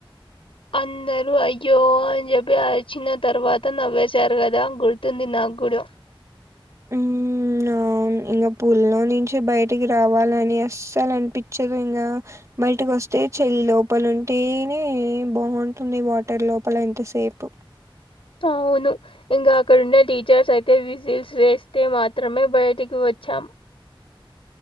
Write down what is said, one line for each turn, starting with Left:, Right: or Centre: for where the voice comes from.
Left: అందరూ అయ్యో అన్ చెప్పి అర్చిన తర్వాత నవ్వేసారు కదా గుర్ తుంది నాగ్గూడ
Right: ఉ నా ఇంగ పుల్లో నుంచి బయటికి రావాలని అస్సలు అనిపించదు ఇంగా బయటికి వస్తే చలి లోపల ఉంటేనే బాగుంటుంది వాటర్ లోపల ఎంతసేపు.
Left: అవును ఇంగ అక్కడుండే టీచర్స్ అయితే విజల్స్ వేస్తే మాత్రమే బయటికి వచ్చాం.